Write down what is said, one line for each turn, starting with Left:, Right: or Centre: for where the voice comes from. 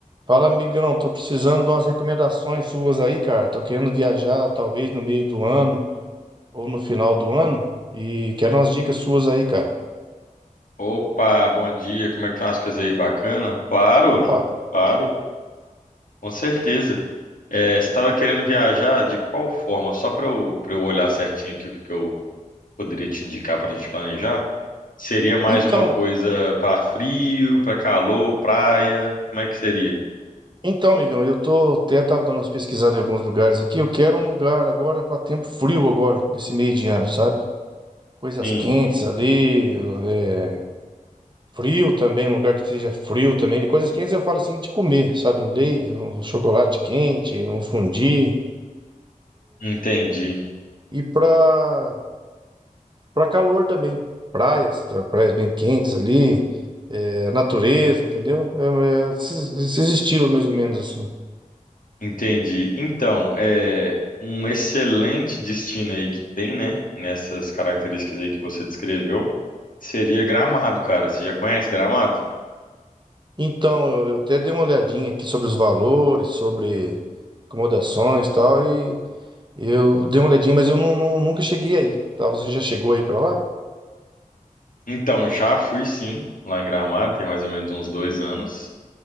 Right: Fala, amigão, tô precisando de umas recomendações suas aí, cara. Tô querendo viajar, talvez no meio do ano ou no final do ano, e quero umas dicas suas aí, cara.
Left: Opa, bom dia. Como é que estão as coisas aí? Bacana? Claro,
Right: Opa.
Left: claro, com certeza. É, você estava querendo viajar de qual forma? Só para eu, para eu olhar certinho aqui o que, que eu poderia te indicar para a gente planejar? Seria mais
Right: Então,
Left: uma coisa para frio, para calor, praia? Como é que seria?
Right: então, amigão, eu tô até tava dando umas pesquisadas em alguns lugares aqui. Eu quero um lugar agora para tempo frio agora, nesse meio de ano, sabe? Coisas
Left: Sim,
Right: quentes ali, é, frio também, um lugar que seja frio também. De coisas quentes eu falo assim de comer, sabe? Um leite, um chocolate quente, um fondue.
Left: entendi,
Right: E para Para calor também, praias, tá? Praias bem quentes ali, é, natureza, entendeu? É, é, esses, esses estilos mais ou menos assim.
Left: entendi. Então, é um excelente destino aí que tem, né? Nessas características aí que você descreveu, seria Gramado, cara. Você já conhece Gramado?
Right: Então, eu, eu até dei uma olhadinha aqui sobre os valores, sobre acomodações e tal, e eu dei uma olhadinha, mas eu não, não- nunca cheguei aí, tá? Você já chegou aí para lá?
Left: Então, já fui sim, lá em Gramado, tem mais ou menos uns dois anos.